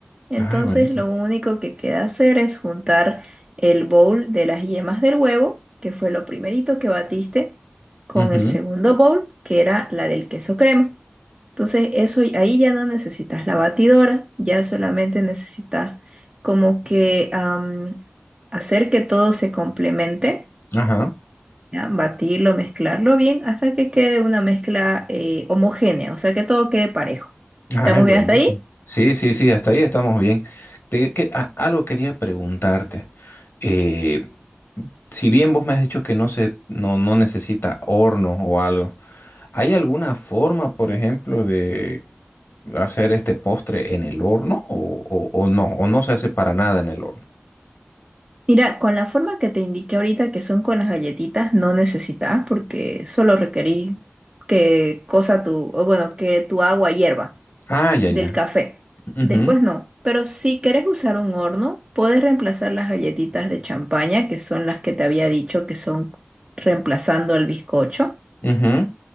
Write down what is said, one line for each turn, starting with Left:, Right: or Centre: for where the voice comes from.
Right: Entonces
Left: Ay, buenísimo.
Right: lo único que queda hacer es juntar el bowl de las yemas del huevo, que fue lo primerito que batiste, con
Left: Ujú.
Right: el segundo bowl, que era la del queso crema. Entonces, eso ahí ya no necesitas la batidora, ya solamente necesitas como que am, hacer que todo se complemente,
Left: Ajá.
Right: ¿ya? Batirlo, mezclarlo bien hasta que quede una mezcla eh, homogénea, o sea que todo quede parejo.
Left: Ay,
Right: ¿Estamos
Left: buenísimo.
Right: bien hasta ahí?
Left: Sí, sí, sí, hasta ahí estamos bien. Te- que- a- algo quería preguntarte. Eh, si bien vos me has dicho que no se, no, no necesita horno o algo, ¿hay alguna forma, por ejemplo, de hacer este postre en el horno o, o- o no? ¿O no se hace para nada en el horno?
Right: Mira, con la forma que te indiqué ahorita, que son con las galletitas, no necesitas porque solo requerís que cosa tu, o bueno, que tu agua hierva.
Left: Ah, ya,
Right: del
Left: ya.
Right: café.
Left: Ujú,
Right: Después no, pero si querés usar un horno, podés reemplazar las galletitas de champaña, que son las que te había dicho que son reemplazando al bizcocho.
Left: ujú.